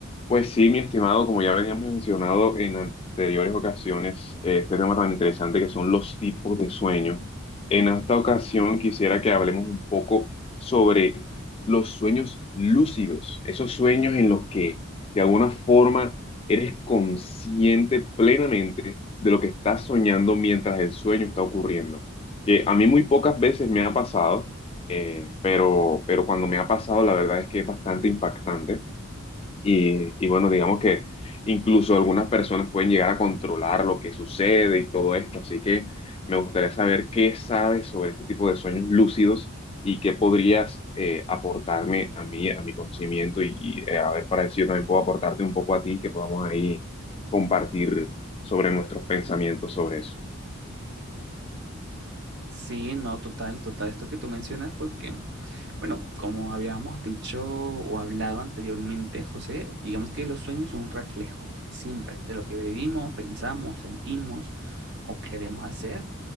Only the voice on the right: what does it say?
Sí, no, total, total, esto que tú mencionas, porque, bueno, como habíamos dicho o hablado anteriormente, José, digamos que los sueños son un reflejo siempre de lo que vivimos, pensamos, sentimos o queremos hacer.